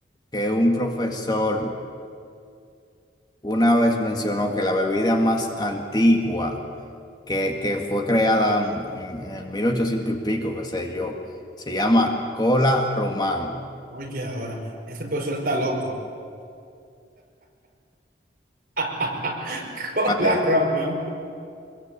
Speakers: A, on the left; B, on the right.
A: que un profesor una vez mencionó que la bebida más antigua que, que fue creada mm, en, en el 1800 y pico, qué sé yo, se llama cola román.
B: Oye, ahora, este profesor está loco. <laughs> Hola,
A: Vale,
B: Roman.